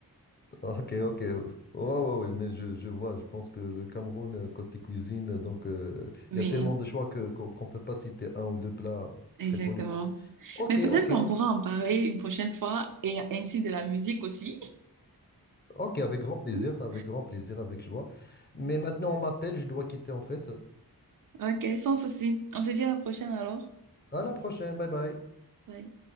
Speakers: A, on the left (about 25°); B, on the right (about 60°).
A: <laughs> ok, ok. Ouais, ouais, ouais, mais je, je vois, je pense que le Cameroun, euh, côté cuisine, euh, donc euh,
B: Mais
A: il y a tellement de choix que, qu'on qu'on peut pas citer un ou deux plats
B: exactement.
A: très connus, quoi. Ok,
B: Mais peut-être
A: ok.
B: qu'on pourra en parler une prochaine fois et ainsi de la musique aussi.
A: Ok, avec grand plaisir,
B: <laughs>
A: avec grand plaisir, avec joie. Mais maintenant, on m'appelle, je dois quitter en fait.
B: Ok, sans souci. On se dit à la prochaine alors.
A: À la prochaine, bye bye.
B: Bye.